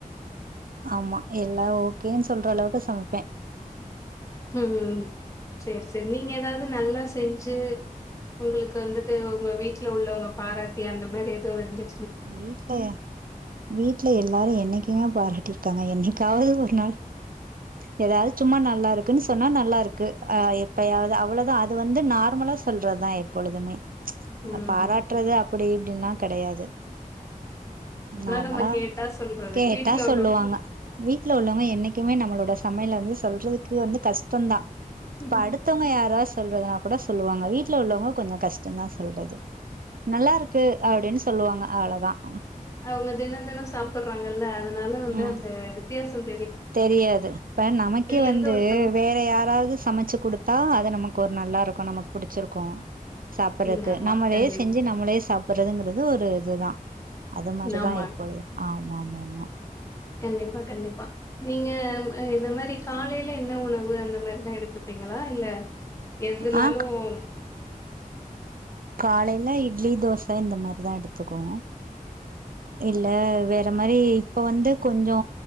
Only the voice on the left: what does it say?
ஹும் சேர் சேர் நீங்க ஏதாவது நல்லா செஞ்சு உங்களுக்கு வந்துட்டு உங்க வீட்டுல உள்ளவங்க பாராட்டி அந்த மாரி ஏதோ இருந்து
ம்
ம்
நம்ம கேட்டா சொல்றது
வீட்ல உள்ளவங்க
ம்.
அவுங்க தினம் தினம் சாப்றாங்கல்ல அத னால வந்து
அந்த வித்தியாசம்
இருந்து ஒருத்தவங்க
ஸ்
ம் ஆமா
கண்டிப்பா
ஆமா
கண்டிப்பா கண்டிப் பா நீங்க இந்த மாரி இந்த மாரி காலேல என்ன உணவு அந்த மாரிலா எடுத்துப் பீங்களா இல்ல எதுனாலு
உஹும்